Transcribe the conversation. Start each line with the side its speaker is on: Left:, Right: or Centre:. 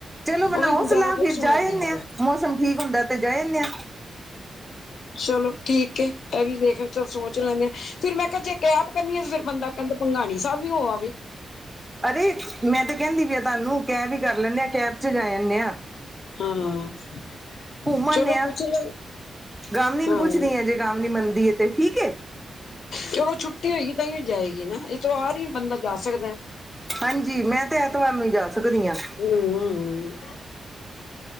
Centre: ਚਲੋ ਬਨਾਓ
Left: ਉਹ ਵੀ ਗੁਰਦੁਆਰਾ
Centre: ਸਲਾਹ
Left: ਬਹੁਤ
Centre: ਫਿਰ
Left: ਸੋਹਣਾ
Centre: ਜਾ
Left: ਬਣਿਆ
Centre: ਜਾਏ ਆਨੇ
Left: ਪਿਆ।
Centre: ਆ ਮੌਸਮ ਠੀਕ ਹੁੰਦਾ ਤੇ ਜਾਏ ਆਨੇ ਆ।
Left: ਚਲੋ ਠੀਕ ਐ। ਏਹ ਵੀ ਦੇਖਕੇ ਸੋਚਲਾਗੇ ਫੇਰ ਮੈ ਕਿਆ ਜੇ ਕੈਪ ਕਰਨੀ ਆ ਫ਼ਿਰ ਬੰਦਾ ਕਹਿੰਦੇ ਭੰਗਾਣੀ ਸਾਬ ਵੀ ਹੋ ਆਵੇ।
Centre: ਅਰੇ ਮੈਂ ਤੇ ਕਹਿੰਦੀ ਵੀ ਆ ਤੁਹਾਨੂੰਕੈਬ ਈ ਕਰ ਲੈਣੇ ਆ, ਕੈਬ ਚ ਜਾ ਆਨੇ ਆ।
Left: ਹਾਂ
Centre: ਘੁੰਮ ਆਨੇ
Left: ਚਲੋ
Centre: ਆ
Left: ਪੁੱਛ ਲਓ
Centre: ਗਾਵਲੀ
Left: ਹਾਂ
Centre: ਨੂੰ ਪੁੱਛਦੀ ਐ, ਜੇ ਗਾਵਲੀ ਮੰਨਦੀ ਏ ਤੇ ਠੀਕ ਐ।
Left: ਚਲੋ ਛੁੱਟੀ ਹੋਏਗੀ ਤਾਂਈਓ ਜਾਏਗੀ ਨਾ ਇਤਵਾਰ ਈ ਬੰਦਾ ਜਾ ਸਕਦੈ
Centre: ਹਾਂਜੀ ਮੈ ਤੇ ਐਤਵਾਰ ਨੂੰ ਈ ਜਾ ਸਕਦੀ ਹਾਂ।
Left: ਹੂੰ-ਹੂੰ।